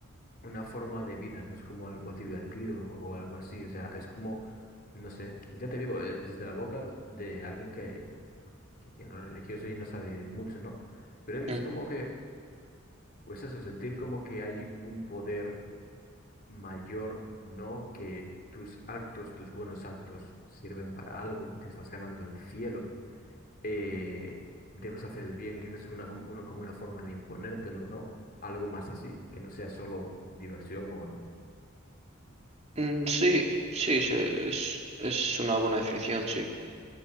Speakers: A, on the left (about 45°); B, on the right (about 30°).
A: una forma de vida, no es como algo divertido o algo así. O sea, es como, no sé, ya te digo, eh, desde la boca de alguien que, que, que no es religioso y no sabe mucho, ¿no? Pero es
B: Mm.
A: como que, pues eso, sentir como que hay un poder mayor, ¿no? Que tus actos, tus buenos actos sirven para algo, te estás ganando el cielo eh, debes hacer el bien, que es una, com- una- como una forma de imponértelo, ¿no? Algo más así, que no sea solo diversión o no.
B: Mm, sí, sí, es, es es una buena definición, sí.